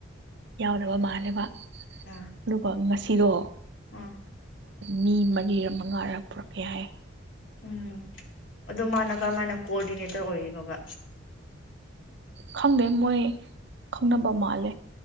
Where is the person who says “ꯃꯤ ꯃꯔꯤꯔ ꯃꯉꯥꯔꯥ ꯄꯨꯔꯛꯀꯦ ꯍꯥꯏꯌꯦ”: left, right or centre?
Right